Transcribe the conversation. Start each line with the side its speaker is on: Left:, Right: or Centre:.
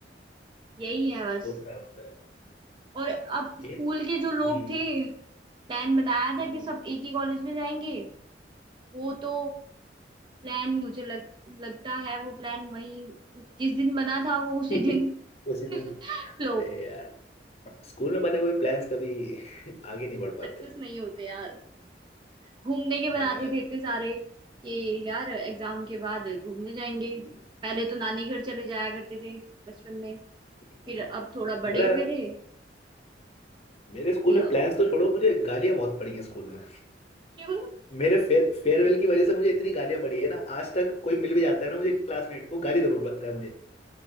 Right: यही है बस
Left: होता है होता है
Right: और अब स्कूल
Left: ये
Right: के जो लोग
Left: हम्म
Right: थे प्लान बनाया था
Left: हम्म।
Right: कि सब एक ही कॉलेज में जाएंगे वो तो प्लान मुझे लग लगता है वो प्लान वही जिस दिन बना था वो उसी दिन
Left: <laughs> उसी दिन
Right: <laughs> फ्लॉप
Left: अरे यार स्कूल में बने हुए प्लान्स कभी <laughs> आगे नहीं बढ़ पाते
Right: सक्सेस नहीं होते यार घूमने के
Left: हाँ
Right: बनाते
Left: यार
Right: थे इतने सारे कि यार एग्जाम के बाद घूमने जाएंगे
Left: हम्म,
Right: पहले तो नानी घर चले जाया करते थे बचपन में
Left: हम्म।
Right: फिर
Left: हम्म।
Right: अब थोड़ा
Left: मेरा
Right: बड़े हुए थे
Left: मेरे स्कूल
Right: कि
Left: में
Right: अ,
Left: प्लान्स तो छोड़ो मुझे गालियां बहुत पड़ी हैं स्कूल में
Right: क्यों
Left: मेरे फेयर फेयरवेल की वजह से मुझे इतनी गालियां पड़ी है ना आज तक कोई मिल भी जाता है ना मुझे क्लासमेट वो गाली जरूर बकता है मुझे